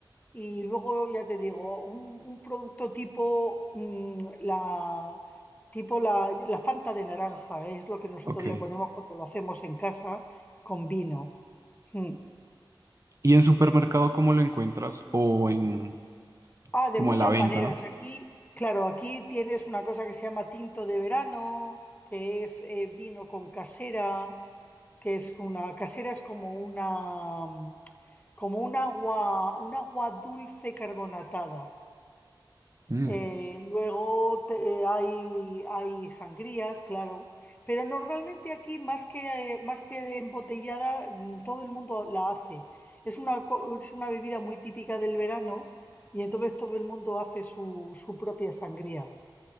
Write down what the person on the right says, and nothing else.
Ok.
¿Y en supermercado cómo lo encuentras? O en
como
a la venta.
Mm.